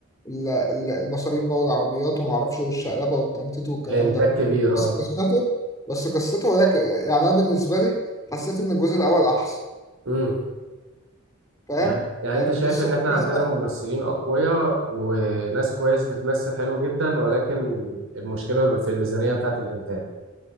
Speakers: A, on the left; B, on the right.
A: ال- ال- المصاريف بقى والعربيات وما اعرفش والشقلبه والتنطيط والكلام
B: الانتاج
A: ده
B: كبير
A: بس
B: اه
A: قصته بس قصته هي ك- يعني انا بالنسبه لي حسيت ان الجزء الاول احسن
B: امم
A: فاهم
B: يعني يعني
A: يعني
B: انت شايف
A: القصه
B: ان احنا
A: القصه
B: عندنا ممثلين اقوياء وناس كويس بتمثل حلو جدا ولكن المشكلة في الميزانية بتاعت الانتاج